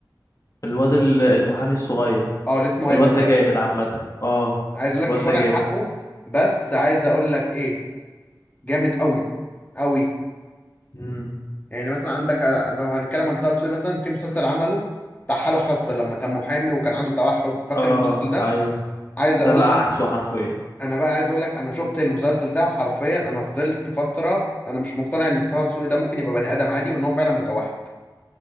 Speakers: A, on the left; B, on the left.
A: الواد ال- المحامي الصغير
B: اه اللي اسمه
A: الواد
B: ادم
A: ده
B: ده
A: جامد عامة اه
B: عايز اقول لك
A: الواد
B: مش واخد
A: ده
B: حقه بس عايز اقول لك ايه جامد قوي قوي
A: جامد
B: يعني مثلا عندك على- لو هنتكلم على طه دسوقي مثلا في مسلسل عمله بتاع حالة خاصة لما كان محامي وكان عنده توحد فاكر
A: اه
B: المسلسل ده
A: ايوه
B: عايز
A: ده
B: اقول
A: بقى
B: لك
A: عكسه حرفيا
B: انا بقى عايز اقول لك انا شفت المسلسل ده حرفيا انا فضلت فتره انا مش مقتنع ان طه دسوقي ده ممكن يبقى بني ادم عادي وان هو فعلا متوحد